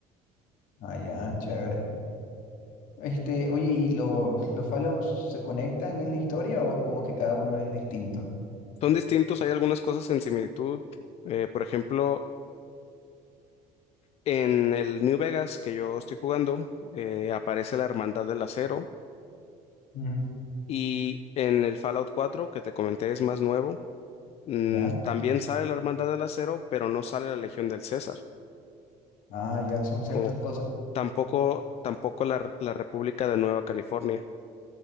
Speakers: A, on the left (about 70°); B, on the left (about 45°).
A: Ah, ya, chévere. Este, oye, ¿y los, los Fallouts se conectan en la historia o es como que cada uno es distinto?
B: Son distintos, hay algunas cosas en similitud. Eh, por ejemplo, en el New Vegas que yo estoy jugando, eh, aparece la Hermandad del Acero.
A: Mm,
B: Y en el Fallout 4, que te comenté, es más nuevo. mm,
A: ¿Ya?
B: también sale la Hermandad del Acero, pero no sale la Legión del César.
A: Ah, ya son ciertas
B: como
A: cosas
B: tampoco, tampoco la, la República de Nueva California.